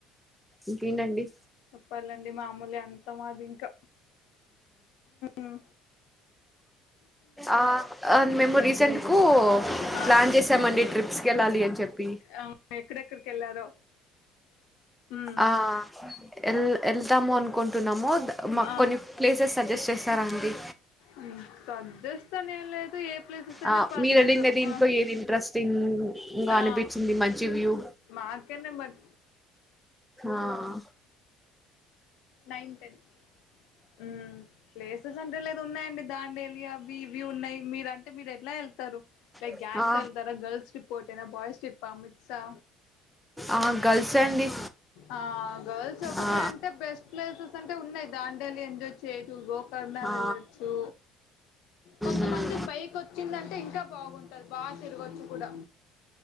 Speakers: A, in the centre; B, on the left (about 70°).
A: ఇంకేంటండీ
B: చెప్పాలండి మామూలే అంతా మాది ఇంకా మ్
A: ఆ మేము రీసెంట్ కు
B: ఆ
A: ప్లాన్ చేసామండి ట్రిప్స్కి వెళ్ళాలి. అని చెప్పి
B: ఆ ఎక్కడెక్కడికి వెళ్ళారో మ్
A: ఆ ఎల్ ఎళ్తామోన్క్ కుంటున్నాము. మాక్
B: ఆ
A: కొన్ని ప్లేసెస్ సజెస్ట్ చేస్తారా అండి.
B: ఉమ్ సజెస్ట్ అని ఏం లేదు ఏ ప్లేసెస్ అయినా
A: ఆ
B: పర్లేదు
A: మీరు వెళ్ళిన దీంట్లో
B: ఆ
A: ఏది ఇంట్రెస్టింగ్ గా
B: ఆ
A: అనిపించింది. మంచి వ్యూ
B: మాకనే మ
A: ఆహ్
B: నైన్న్, టెన్ ఉహ్ హు ప్లేసెస్ అంటే లేదు ఉన్నాయండి దాన్ నేలి అవి ఇవి ఉన్నాయి. మీరం అంటే మీరు ఎట్లా వెళ్తారు. టే
A: ఆ
B: గ్యాంగ్
A: ఆ
B: తో వెళ్తారా గర్ల్స్ రిపోర్ట్ తేన బాయ్స్ ట్రిప్ అమిత్ షా
A: ఆ గర్ల్స్ అండి
B: ఆహ్ గర్ల్స్ ఒకటి
A: ఆ
B: అంటే బెస్ట్ ప్లేసెస్ అంటే ఉన్నాయి. దాం టోటల్లి ఎంజాయ్ చేయటంలో కర్నా
A: ఆ
B: వెళ్ళచ్చు. కొంతమంది
A: మ్మ్
B: బైక్ వచ్చిందంటే ఇంకా బాగుంటది. బాగా తిరగచ్చు కూడా.